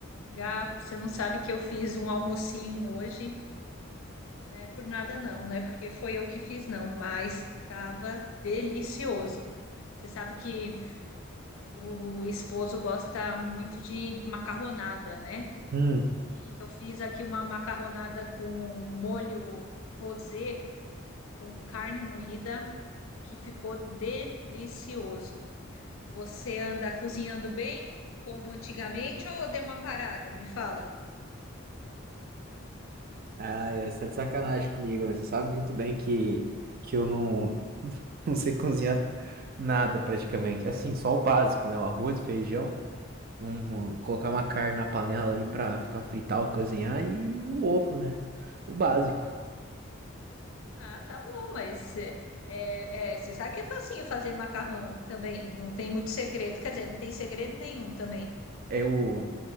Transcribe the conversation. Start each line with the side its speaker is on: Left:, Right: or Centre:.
Left: Gá, você não sabe que eu fiz um almocinho hoje, né? Por nada não, não é porque foi eu que fiz não, mas estava delicioso. Você sabe que o esposo gosta muito de macarronada, né?
Right: Hum.
Left: E eu fiz aqui uma macarronada com molho rosé, com carne moída, que ficou delicioso. Você anda cozinhando bem, como antigamente, ou deu uma parada? Me fala.
Right: Ah, é, você tá de sacanagem comigo, né? Você sabe muito bem que, que eu não, <laughs> não sei cozinhar nada praticamente. Assim, só o básico, né? O arroz, feijão, um, colocar uma carne na panela ali pra, pra fritar ou cozinhar e o ovo, né? O básico.
Left: Ah, tá bom, mas é, é, é, você sabe que é facinho fazer macarrão também, não tem muito segredo, quer dizer, não tem segredo nenhum também.
Right: Eu,